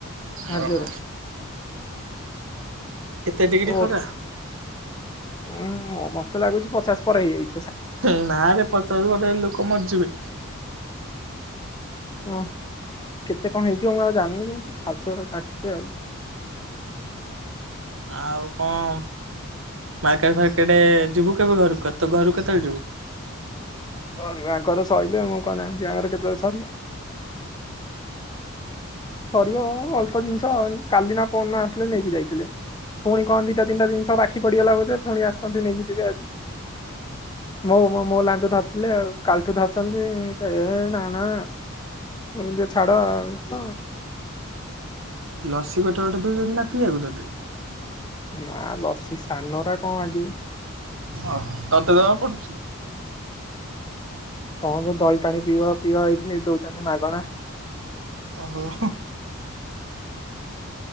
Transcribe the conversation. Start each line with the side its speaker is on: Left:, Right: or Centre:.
Left: ଭାରି
Right: ଅହ
Left: ଜୋରେ
Right: କେତେ ଡିଗ୍ରୀ
Left: ଓଃ
Right: ଖରା?
Left: ଉଁ ମତେ ଲାଗୁଛି ପଚାଶ ପରେ ହେଇଯାଇ
Right: ହଁ ନାରେ ପଚାଶ ରେ ବୋଧେ ଲୋକ ମର୍ଜିବେ।
Left: ଓ କେତେ କଣ ହେଇଥିବ ମୁଁ ଆଉ ଜାଣିନି କିନ୍ତୁ ଭାରି ଜୋରେ କାଟିୁଛେ ଆଉ
Right: ଆଉ କଣ ମାର୍କେଟ ଫାର୍କେଟ ଯିବୁ କେବେ ଘରକୁ ତୁ ଘରୁକୁ କେତେବେଳେ ଯିବୁ?
Left: ଘରୁକୁ ଆଙ୍କର ସଇଲେ ମୁଁ କଣ ଜାଣିଛି ଆଙ୍କର କେତେବେଳେ ସରିବ ସରିବ ଅଳ୍ପ ଜିନିଷ କାଲି ନା ପରଦିନ ଆସିଥିଲେ ନେଇକି ଯାଇଥିଲେ। ପୁଣି କଣ ଦିଟା ତିିନଟ ଜିନିଷ ବାକି ବଢିଆ ଲାଗୁଥିଲା ପୁଣି ଆସନ୍ତି ନେଇକି ଯିବେ ଆଜି ମୋ ମୋ ଲାଞ୍ଜ ଧରି ଆସିଲେ ଆଉ କାଲିଠୁ ଧରିଛନ୍ତି ଏ ଏ ନା ନା ଏମିତି ଛାଡ ଆଉ ସ
Right: ଲସି ଗୋଟେ ଗୋଟେ ଦଉଛନ୍ତି ନା ପିଇବାକୁ ତତେ?
Left: ନା ଲସି ସାନଗୁରା କଣ ମାଗିବି।
Right: ଅହ ତତେ ଦବାକୁ ପଡୁଛି?
Left: କହନୁ ଦହି ପାଣି ପିଇବା ପିଇବା ଏଇଠି ଦଉଛନ୍ତି ମାଗଣା।
Right: ଓହୋ ହ।